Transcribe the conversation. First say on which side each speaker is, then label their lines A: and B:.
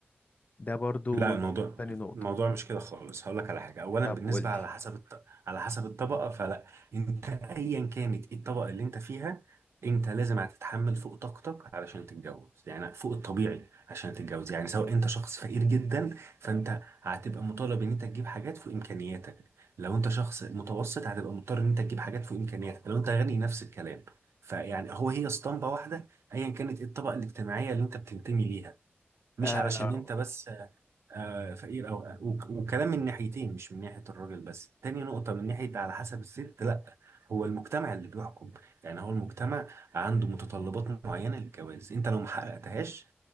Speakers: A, on the left; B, on the right.
A: ده برضو
B: لا الموضوع
A: تاني نقطة
B: الموضوع مش كده خالص هقول لك على حاجه اولا
A: طب
B: بالنسبه
A: قول لي
B: على حسب الط... على حسب الطبقه فلا انت ايا كانت ايه الطبقه اللي انت فيها انت لازم هتتحمل فوق طاقتك علشان تتجوز يعني فوق الطبيعي عشان تتجوز يعني سواء انت شخص فقير جدا فانت هتبقى مطالب ان انت تجيب حاجات فوق امكانياتك لو انت شخص متوسط هتبقى مضطر ان انت تجيب حاجات فوق امكانياتك لو انت غني نفس الكلام فيعني هو هي اسطمبه واحده ايا كانت ايه الطبقه الاجتماعيه اللي انت بتنتمي ليها مش
A: آه
B: علشان انت بس آه فقير او وك- وكلام من ناحيتين مش من ناحيه الراجل بس تاني نقطه من ناحيه على حسب الست لا هو المجتمع اللي بيحكم يعني هو المجتمع عنده متطلبات معينه للجواز انت لو ما حققتهاش